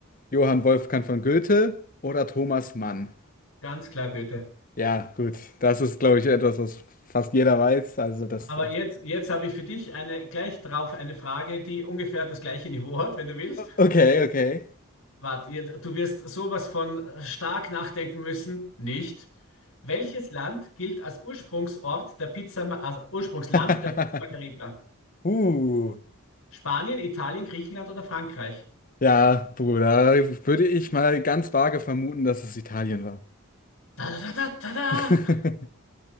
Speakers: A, on the left; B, on the left.
A: Johann Wolfgang von Goethe oder Thomas Mann.
B: Ganz klar, Goethe.
A: Ja, gut. Das ist, glaube ich, etwas, was fast jeder weiß. Also das.
B: Aber jetzt, jetzt habe ich für dich eine, gleich drauf eine Frage, die ungefähr das gleiche Niveau hat, wenn du willst.
A: Okay, okay.
B: Warte, ihr- du wirst sowas von stark nachdenken müssen. Nicht. Welches Land gilt als Ursprungsort der Pizza, als Ursprungsland
A: <laughs>
B: der Pizza Margherita?
A: Uh.
B: Spanien, Italien, Griechenland oder Frankreich?
A: Ja, Bruder, würde ich mal ganz vage vermuten, dass es Italien war.
B: Da, da, da, da, da.
A: <laughs>